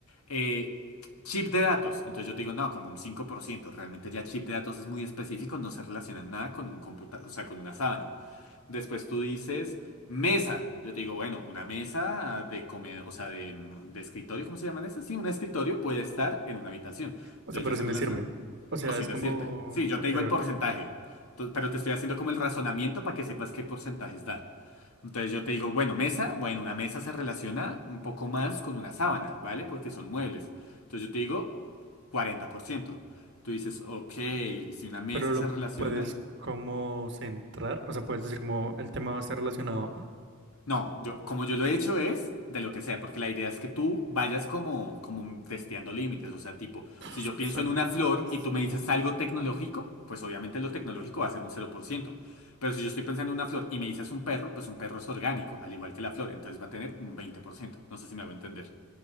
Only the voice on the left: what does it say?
eh, chip de datos. Entonces yo te digo, no, como un cinco por ciento Realmente ya chip de datos es muy específico, no se relaciona en nada con un computador, o sea, con una sábana. Después tú dices, mesa. Yo te digo, bueno, una mesa de comedor, o sea, de, de escritorio, ¿cómo se llaman esas? Sí, un escritorio puede estar en una habitación.
Entonces
ya se
relaciona.
No, sin
decirte.
Sí, yo
te digo el porcentaje.
Tu- Pero te estoy haciendo como el razonamiento para que sepas qué porcentajes dar. Entonces yo te digo, bueno, mesa, bueno, una mesa se relaciona un poco más con una sábana, ¿vale? Porque son muebles. Entonces yo te digo 40%. Tú dices, ok, si una mesa
se relaciona...
No, yo, como yo lo he hecho es de lo que sea, porque la idea es que tú vayas como, como testeando límites. O sea, tipo, si
yo pienso
en una flor y tú me dices algo tecnológico, pues obviamente lo tecnológico va a ser un cero por ciento. Pero si yo estoy pensando en una flor y me dices un perro, pues un perro es orgánico, al igual que la flor, entonces va a tener un 20%. No sé si me va a entender.